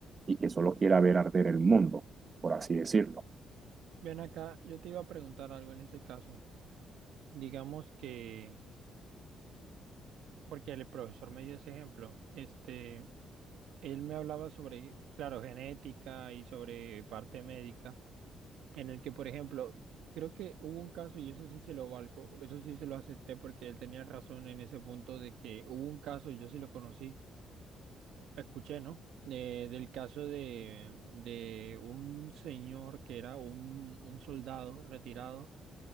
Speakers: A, on the right; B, on the right.
A: y que solo quiera ver arder el mundo, por así decirlo.
B: ven acá, yo te iba a preguntar algo en ese caso, digamos que, porque el profesor me dio ese ejemplo, este, él me hablaba sobre, claro, genética y sobre parte médica, en el que, por ejemplo, Creo que hubo un caso, y eso sí se lo valgo, eso sí se lo acepté porque él tenía razón en ese punto de que hubo un caso, y yo sí lo conocí, Escuché, ¿no? De- del caso de, de un señor que era un, un soldado retirado